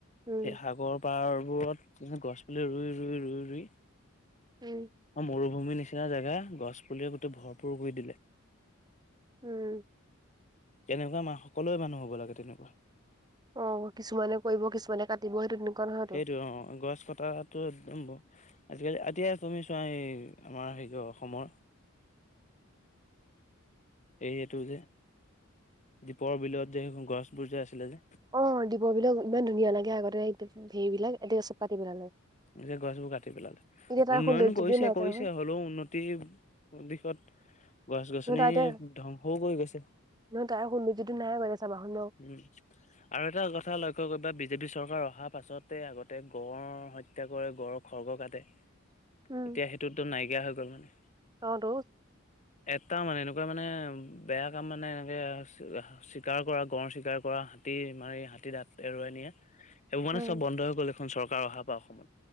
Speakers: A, on the right; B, on the left.
A: উম
B: সেই সাগৰৰ পাৰ -ৰত গছপুলি ৰুই, ৰুই, ৰুই, ৰুই
A: উম
B: অ', মৰুভূমিৰ নিচিনা জেগা, গছপুলিয়ে গোটেই ভৰপূৰ কৰি দিলে।
A: উম।
B: তেনেকুৱা মা, সকলোৱে মানুহ হ'ব লাগে, তেনেকুৱা।
A: অ', কিছুমানে কৰিব, কিছুমানে কাটিব সেইটো নহয়তো।
B: সেইটোৱে, অ', অ', গছ, কটাটো একদম বন্ধ আজি, কালি, এতিয়া তুমি চোৱা এই আমাৰ হেৰি অসমৰ <inaudible> এই, এইটো যে, দীপৰ বিলত যে, গছবোৰ যে, আছিলে যে
A: অ, দীপৰ বিলৰ ইমান ধুনীয়া লাগে, আগতে হেৰিবিলাক এতিয়া চব কাটি পেলালে।
B: গোটেই গছবোৰ কাটি পেলালে।
A: এতিয়া তাৰ
B: উন্নয়ন
A: সৌন্দৰ্যটোৱে
B: কৰিছে,
A: নাই
B: কৰিছে,
A: চাবাচোন
B: হ'লেও উন্নতি দিশত গছ, গছনি
A: নহয় তাৰ এতিয়া
B: ধ্বংসও কৰি গৈছে।
A: নহয় তাৰ সৌন্দৰ্যটো নাই মানে চাবাচোন ন।
B: উম, আৰু এটা কথা লক্ষ্য কৰিবা। বিজেপি চৰকাৰ অহাৰ পাছতে, আগতে, গড়ৰ হত্যা কৰে, গড়ৰ খৰ্গ কাটে।
A: উম
B: এতিয়া সেইটোতো নাইকিয়া হৈ, গ'ল মানে।
A: অ, তো।
B: এটা মানে, এনেকুৱা মানে বেয়া কাম মানে, এনেকে চিকাৰ কৰা, গড় চিকাৰ কৰা হাতী মাৰি হাতী দাঁত এৰুওৱাই নিয়ে, সেইবোৰ মানে
A: উম
B: চব বন্ধ হৈ, গ'ল, এইখন চৰকাৰ অহাৰ পৰা অসমত।